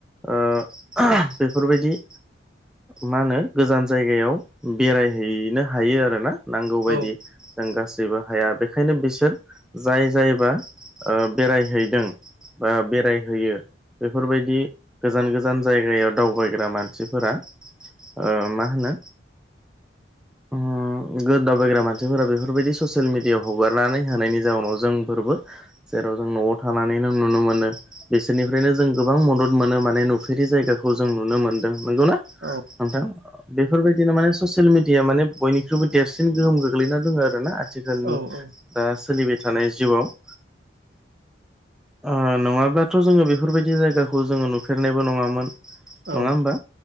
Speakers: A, in the centre; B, on the right (about 50°).
A: ओ बेफोरबायदि मा होनो गोजान जायगायाव बेरायहैनो हायो आरो ना नांगौबायदि
B: औ
A: जों गासैबो हाया बेखायनो बिसोर जाय जायबा ओ बेरायहैदों बा बेरायहोयो बेफोरबायदि गोजान गोजान जायगायाव दावबायग्रा मानसिफोरा ओ मा होनो उम गोद दावाबबायग्रा मानसिफोरा बेफोरबायदि ससियेल मिडियाव हगारनानै होनायनि जाउनाव जोंफोरबो जेराव जों न'आव थानानै नों नुनो मोनो बे बिसोरनिफ्रायनो जों गोबां मदद मोनो माने नुफेरि जायगाखौ जों नुनो मोनदों नंगौना?
B: औ
A: नोंथां बेफोरबायदिनो माने ससियेल मिडिया माने बयनिख्रुइबो देरसिन गोहोम गोग्लैना दङ आरो ना आथिख खालनि
B: औ औ
A: दा सोलिबाय थानाय जिउआव ओ नङाब्लाथ जोङो बेफोरबायदि जायगाखौ जोङो नुफेरनायबो नङामोन।
B: औ
A: नङा होमबा